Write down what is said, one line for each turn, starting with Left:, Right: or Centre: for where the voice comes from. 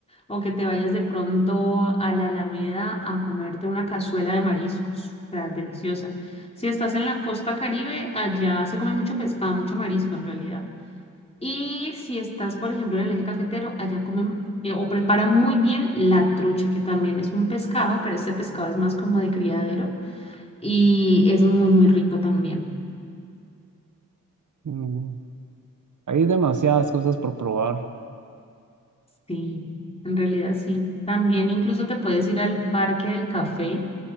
Left: o que te vayas de pronto a la Alameda a comerte una cazuela de mariscos. O sea, deliciosa. Si estás en la costa Caribe, allá se come mucho pescado, mucho marisco en realidad. Y si estás, por ejemplo, en el eje cafetero, allá comen eh, o preparan muy bien la trucha, que también es un pescado, pero este pescado es más como de criadero y es muy, muy rico también.
Right: Mm, hay demasiadas cosas por probar.
Left: Sí, en realidad sí. También incluso te puedes ir al Parque del Café,